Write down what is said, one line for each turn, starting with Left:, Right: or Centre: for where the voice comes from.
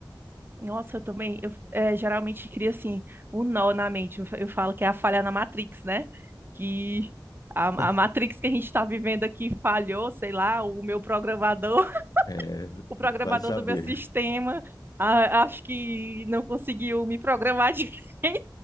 Right: Nossa, eu também, eu é, geralmente cria assim, um nó na mente. Eu, fa- eu falo que é a falha na Matrix, né? Que a,
Left: <laughs>
Right: a Matrix que a gente está vivendo aqui falhou, sei lá, o meu programador,
Left: É,
Right: <laughs> o programador
Left: vai saber.
Right: do meu sistema, a- acho que não conseguiu me programar de... <laughs>